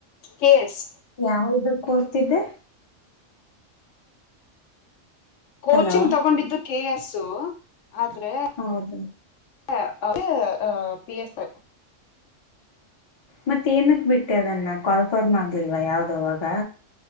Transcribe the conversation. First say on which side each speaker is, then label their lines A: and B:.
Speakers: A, on the left; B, on the left.
A: ಕೆ ಎಸ್
B: ಯಾವುದುಕ್ ಓದ್ತಿದ್ದೆ.
A: ಕೋಚಿಂಗ್
B: ಹಲೋ
A: ತಗೊಂಡಿದ್ದು ಕೆ ಎಸ್ ಆದ್ರೆ.
B: ಹೌದು.
A: <unintelligible> ಅದೇ ಪಿ ಎಸ್.
B: ಮತ್ತೇ ಏನಕ್ ಬಿಟ್ಟೆ ಅದನ್ನ ಕಾಲ್ಪರ್ಮ್ ಆಗ್ಲಿಲ್ವಾ ಯಾವ್ದು ಅವಾಗ.